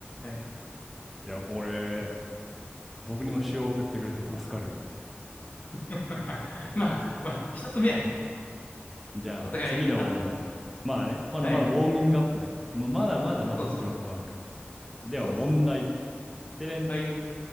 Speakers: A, on the left; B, in the centre.
A: はい。
B: いや、これ、僕にも塩を送ってくれて助かる。
A: <laughs> まあ、まあ、一つ目はね、
B: じゃあ、
A: お互いパッと。
B: 次の問題。まあね、
A: はい。
B: まだまだウォーミングアップだから。もうまだまだまだ始まったばっかり。
A: そうそう。
B: では、
A: そうっす。
B: 問題。てれん、
A: はい。